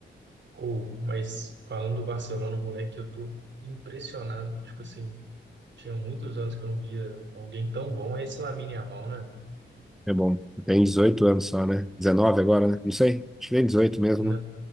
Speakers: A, on the right; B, in the centre.
A: ou, mas falando do Barcelona, moleque, eu tô impressionado que, tipo assim, tinha muitos anos que eu não via alguém tão bom. É esse Lamine Yamal, né?
B: É bom. Tem 18 anos só, né? 19 agora, né? Não sei. Acho que tem 18 mesmo,
A: Não,
B: né?